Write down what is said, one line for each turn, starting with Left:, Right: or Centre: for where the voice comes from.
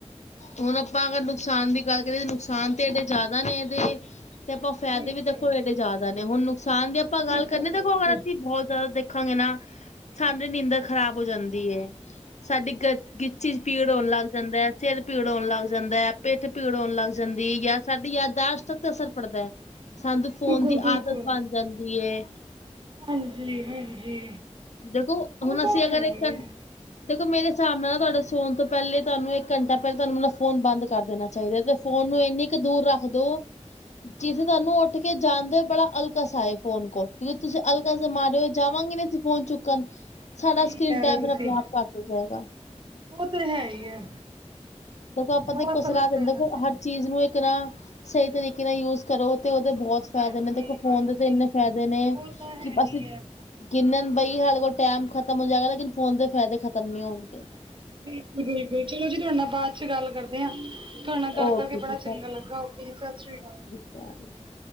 Left: ਹੁਣ ਆਪਾਂ ਅਗਰ ਨੁਕਸਾਨ ਦੀ ਗੱਲ ਕਰੀਏ ਨੁਕਸਾਨ ਤੇ ਇਦੇ ਜ਼ਿਆਦਾ ਨੇ ਤੇ। ਤੇ ਆਪਾਂ ਫਾਇਦੇ
Right: ਜੀ,
Left: ਵੀ
Right: ਜੀ,
Left: ਦੇਖੋ ਇਹਦੇ ਜ਼ਿਆਦਾ ਨੇ। ਹੁਣ ਨੁਕਸਾਨ ਦੀ ਆਪਾਂ ਗੱਲ
Right: ਬਿਲਕੁਲ,
Left: ਕਰਨੀ
Right: ਬਿਲਕੁਲ।
Left: ਦੇਖੋ ਅਗਰ ਅਸੀਂ ਬਹੁਤ ਜ਼ਿਆਦਾ ਦੇਖ ਦੇਖਾਂਗੇ। ਨਾ ਸਾਡੀ ਨੀਂਦ ਖ਼ਰਾਬ ਹੋ ਜਾਂਦੀ ਹੈ। ਸਾਡੀ ਗ- ਗਿੱਚੀ ਚ' ਪੀੜ ਹੋਣ ਲੱਗ ਜਾਂਦਾ ਹੈ। ਸਿਰ ਭੀੜ ਹੋਣ ਲੱਗ ਜਾਂਦਾ ਹੈ। ਪਿੱਠ ਭੀੜ ਹੋਣ ਲੱਗ ਜਾਂਦੀ। ਜਾਂ ਸਾਡੀ ਯ ਦਾਸ਼ਤ ਤੱਕ ਅਸਰ ਪੜਦਾ ਹੈ। ਸਾਨੂੰ ਫੋਨ
Right: ਬਿਲਕੁਲ,
Left: ਦੀ
Right: ਬਿਲਕੁਲ।
Left: ਆਦਤ ਬਣ ਜਾਂਦੀ ਏ।
Right: ਹਾਂਜੀ- ਹਾਂਜੀ।
Left: ਦੇਖੋ,
Right: ਉਹ
Left: ਹੁਣ ਅਸੀਂ
Right: ਤਾਂ
Left: ਅਗਰ
Right: ਹੈ
Left: ਇੱਕ
Right: ਹੀ ਹੈ।
Left: ਦੇਖੋ, ਮੇਰੇ ਹਿਸਾਬ ਨਾਲ ਨਾ ਤੁਹਾਡੇ ਸੋਨ ਤੋਂ ਪਹਿਲੇ ਤੁਹਾਨੂੰ ਇੱਕ ਘੰਟਾ ਪਹਿਲ ਤੁਹਾਨੂੰ ਮ ਫੋਨ ਬੰਦ ਕਰ ਦੇਣਾ ਚਾਹੀਦਾ। ਤੇ ਫੋਨ ਨੂੰ ਇਨ ਕੂ ਦੂਰ ਰੱਖਦੋ ਜਿੱਥੇ ਤੁਹਾਨੂੰ ਉੱਠ ਕੇ ਜਾਣਦੇ ਹੋ ਬੜਾ ਅਲਕਸ ਫੋਨ ਕੋਲ ਕਿਉਕਿ ਤੁਸੀਂ ਅਲਕਸ ਮਾਰੋ ਜਾਵਾਂਗੇ ਨਹੀਂ ਇੱਥੇ ਪਹੁੰਚ ਚੁੱਕਣ ਸਾਡਾ
Right: ਸਹੀ
Left: ਸਕੀਨ
Right: ਕਹਿ
Left: ਟਾਇਮ
Right: ਰਹੇ ਹੋ ਤੁਸੀਂ
Left: ਆਪਣੇ- ਆਪ ਘੱਟ ਹੋ ਜਾਏਗਾ।
Right: ਉਹ ਤੇ ਹੈ ਹੀ ਹੈ।
Left: ਦੇਖੋ, ਆਪਾਂ
Right: ਬੜਾ
Left: ਤੇ
Right: ਫ਼ਰਕ
Left: ਸਲਾਹ ਦਿੰਦੇ
Right: ਪੈ ਜਾਂਦਾ
Left: ਦੇਖੋ
Right: ਹੈ।
Left: ਹਰ ਚੀਜ਼ ਨੂੰ ਇੱਕ ਨਾ ਸਹੀ ਤਰੀਕੇ ਨਾਲ ਯੂਜ ਕਰੋ ਤੇ ਉਹਦੇ ਬਹੁੱਤ ਫਾਇਦੇ
Right: ਹਾਂਜੀ
Left: ਨੇ ਦੇਖੋ ਫੋਨ
Right: ਹਾਂਜੀ
Left: ਦੇ ਤੇ ਇੰਨੇ ਫ਼ਾਇਦੇ ਨੇ।
Right: ਉਹ ਤਾਂ ਹੈ
Left: ਕਿ
Right: ਹੀ
Left: ਅਸੀਂ
Right: ਹੈ
Left: ਗਿਨਣ ਬਹੀਏ ਸਾਡੇ ਕੋਲ ਟਾਈਮ ਖਤਮ ਹੋ ਜਾਏਗਾ। ਲੇਕਿਨ ਫੋਨ ਦੇ ਫਾਇਦੇ ਖਤਮ ਨਹੀਂ ਹੋਣਗੇ।
Right: ਬਿਲਕੁੱਲ- ਬਿਲਕੁੱਲ ਚਲੋ ਜੀ। ਤੁਹਾਡੇ ਨਾਲ ਬਾਅਦ ਚ' ਗੱਲ ਕਰਦੇ ਹਾਂ। ਤੁਹਾਡੇ ਨਾਲ ਗੱਲ
Left: ਓਕੇ
Right: ਕਰਕੇ ਬੜਾ
Left: ਜੀ
Right: ਚੰਗਾ ਲੱਗਾ ਓਕੇ ਜੀ ਸਤਿ ਸ੍ਰੀ ਅਕਾਲ
Left: ਤਾਂ <unintelligible>